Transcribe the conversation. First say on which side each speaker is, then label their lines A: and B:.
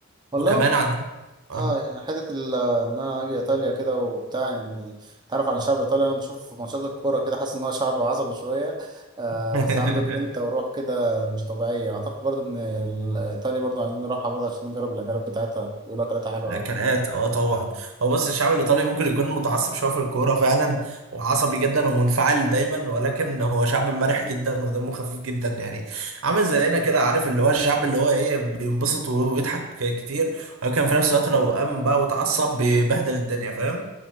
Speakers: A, on the right; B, on the right.
A: والله
B: وكمان
A: ف-
B: عندهم آه.
A: اه يعني حتة ال- إن أنا أجي إيطاليا كده وبتاع إني تعرف عن الشعب الإيطالي أنا بشوفه في ماتشات الكورة كده حاسس إن هو شعب عصبي شوية آه
B: <laughs>
A: بس عنده جرينتا وروح كده مش طبيعية أعتقد برضو إن ال- إيطاليا برضو عايزين نروحها برضو عشان نجرب الأكلات بتاعتها بيقولوا أكلاتها حلوة
B: الاكلات
A: أوي
B: اه طبعا هو بص الشعب الايطالي ممكن يكون متعصب شويه في الكوره فعلا وعصبي جدا ومنفعل دايما ولكن هو شعب مرح جدا ودمه خفيف جدا يعني عامل زينا كده عارف اللي هو الشعب اللي هو ايه بينبسط ويضحك كتير ولكن في نفس الوقت لو قام بقى وتعصب بيبهدل الدنيا فاهم